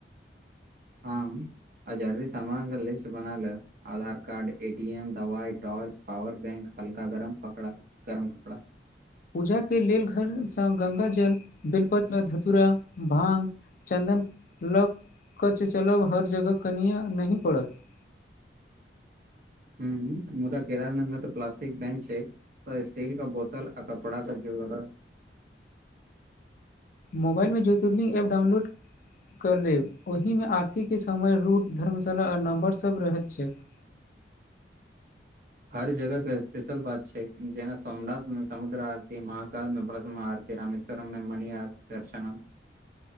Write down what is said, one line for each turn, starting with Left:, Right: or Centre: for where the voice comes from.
Right: हँ आ जलदिसमामान लिस्ट बना ले Aadhaar card A T M दवाइ टॉर्च पावर बैंक हल्का गरम पकड़ा गरम कपड़ा
Left: पूजा के लेल घरसँ गंगा जल बेलपत्र धतुरा भांगं चन्दन लग क च चलब हर जगह किनिआ नहि पड़त
Right: हू मुदा केदारनाथमे तऽ प्लस्टिक बैंन छै त स्टील कबोतल आ कपड़ा क जोगार
Left: मोबाइलमे ज्योतिर्लिंग एपडाउनलोड कऽ लेब ओहिमे आरतीके समय रूट धर्मशाला आ नम्र सभ रहैत छैक
Right: हर जगह के स्पेशल बात छै जेना सोमनााथ में समुद्र आरती महाकाल में भस्म आरती त राममेश्वरममें मनि आ दर्शन